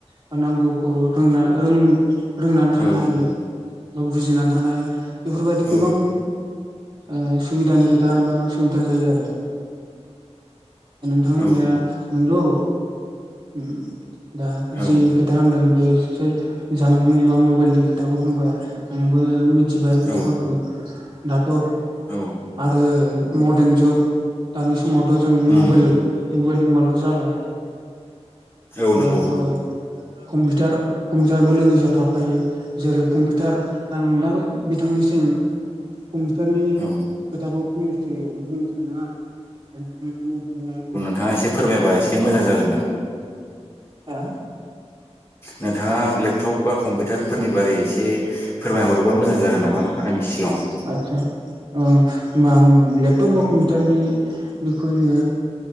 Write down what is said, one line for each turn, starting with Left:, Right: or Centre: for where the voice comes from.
Right: बा नांगौ खौ रोंना रोंनानै थानो
Left: औ
Right: हायो बा बुजिनानै थानो हायो। बेफोरबायदि
Left: औ
Right: गोबां ओ सुबिदानि खोथा मा सुबिदा जायो आरो। बिथां
Left: औ
Right: होननाया नंगौ उम दा
Left: औ
Right: जि खोथा होनदों बे जे जामबुं बा मबाइलनि खोथाखौ बुंबाय आंबो मिथिबाय खोथाफोरखौ
Left: औ
Right: दाथ'
Left: औ
Right: आरो मडार्न जुग दानि समावथ' जों
Left: उम
Right: मबाइल मबाइल होनबाल' जाला
Left: औ नंगौ
Right: दाथ' कम्पिउटार कम्पिउटारबो लोगोसे थाफायो जेरै कम्पिउटार आं दा बिथांनिसिम कम्पिउटारनि
Left: औ
Right: खोथाखौ फंनैसो बुंनो सानदों आरो नोंथाङा मिथिनाय
Left: नोंथाङा एसे फोरमायबा एसे मोजां जागोनदां
Right: हा
Left: नोंथाङा लेपटप बा कम्पिउटारफोरनि बारै एसे फोरमायहरोबा मोजां जागोन नामा आंनि सिगाङाव
Right: आतसा ओं होनबा आं लेपटप बा
Left: औ
Right: कम्पिउटारनि बेखौनो